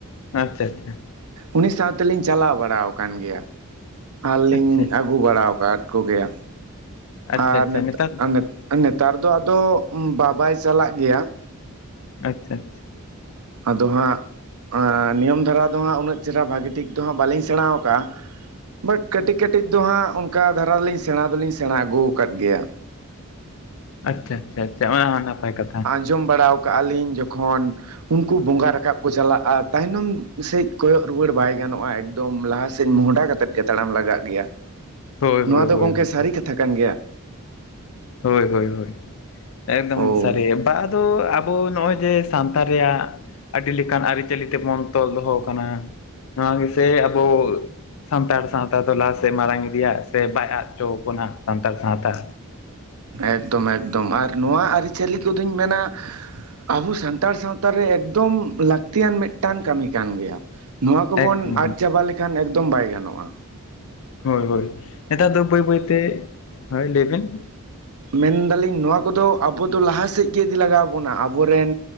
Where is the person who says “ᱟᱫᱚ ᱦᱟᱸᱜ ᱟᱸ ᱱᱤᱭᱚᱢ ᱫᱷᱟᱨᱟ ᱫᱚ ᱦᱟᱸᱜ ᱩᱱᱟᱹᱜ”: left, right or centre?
Right